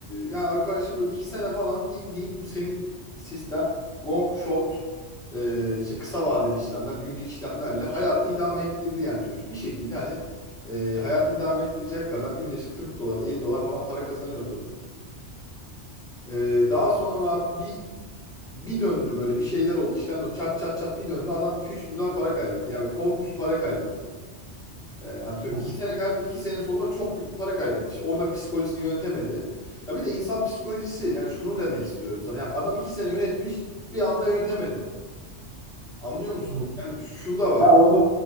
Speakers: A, in the centre; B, on the right (about 70°).
A: yani arkadaşım böyle iki sene falan bildiğin bu senin sistem long short e, işte kısa vadeli işlemler günlük işlemlerle hayatını idame ettirdi yani çocuk. Bir şekilde hani e, hayatını idame ettirecek kadar günde işte 40 dolar 50 dolar falan para kazanıyordu. Ee, daha sonra abi bir bir döndü böyle bir şeyler oldu işlemler oldu. çat çat çat bir döndü adam iki üç bin dolar para kaybetti. Yani korkunç bir para kaybetti. E, antrenör.
B: Hı hı.
A: İki sene kaybetmedi. iki sene sonunda çok büyük bir para kaybetti. İşte orada psikolojisini yönetemedi. Ya bir de insan psikolojisi yani şunu demek istiyorum sana. Ya adam iki sene yönetmiş bir anda yönetemedi. Anlıyor musun?
B: Hı
A: Yani şunu da var.
B: Ya
A: mı?
B: onun,